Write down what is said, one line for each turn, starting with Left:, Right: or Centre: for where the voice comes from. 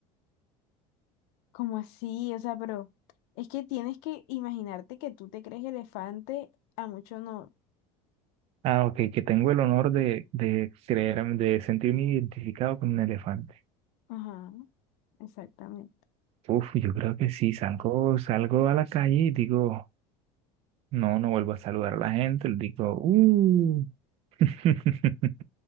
Left: ¿Cómo así? O sea, pero es que tienes que imaginarte que tú te crees elefante, a mucho no.
Right: Ah, ok, que tengo el honor de, de creer, de sentirme identificado con un elefante.
Left: Ajá, exactamente.
Right: Uf, yo creo que sí, salgo, salgo a la calle y digo, no, no vuelvo a saludar a la gente, le digo, uh, <laughs>